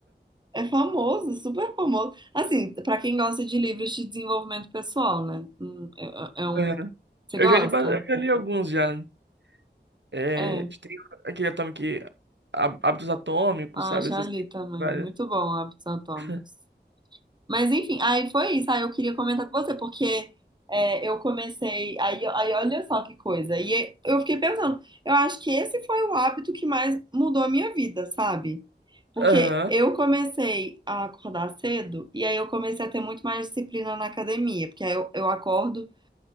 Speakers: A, on the right; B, on the right.
A: É famoso, super famoso. Assim, pra quem gosta de livros de desenvolvimento pessoal, né? Hum, É, é é um.
B: Aham.
A: Você
B: Eu
A: gosta?
B: já li, ba- eu já li alguns já. É,
A: É.
B: tem aquele Atomic Há- Hábitos Atômicos,
A: Ah,
B: sabe?
A: já
B: Essas
A: li
B: coisas.
A: também.
B: várias.
A: Muito bom, Hábitos Atômicos.
B: <laughs>
A: Mas enfim, aí foi isso. Aí eu queria comentar com você, porque é, eu comecei. Aí, aí olha só que coisa. E é, eu fiquei pensando, eu acho que esse foi o hábito que mais mudou a minha vida, sabe? Porque
B: Aham.
A: eu comecei a acordar cedo e aí eu comecei a ter muito mais disciplina na academia, porque aí eu, eu acordo.